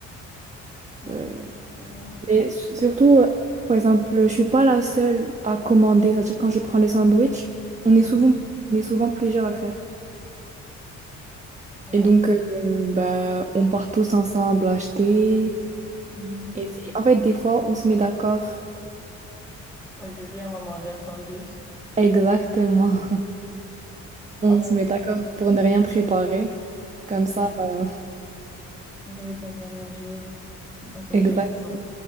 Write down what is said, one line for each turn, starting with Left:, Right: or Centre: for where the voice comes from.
Centre: Ouais,
Right: euh.
Centre: c'est toujours.
Right: Mais su- surtout, euh, par exemple, je suis pas la seule à commander. C'est-à-dire, quand je prends le sandwich, on
Centre: Mhm.
Right: est souvent, on est souvent plusieurs à le faire.
Centre: Oh.
Right: Et donc, euh, bah, on part tous ensemble acheter.
Centre: Mhm.
Right: Et c'est- en fait, des fois, on se met d'accord.
Centre: Aujourd'hui, on va manger un sandwich.
Right: Exactement. On
Centre: Oh,
Right: se met d'accord pour ne rien préparer. Comme ça, euh,
Centre: Vous savez qu'on va manger un sandwich
Right: <laughs> exact.
Centre: ensemble.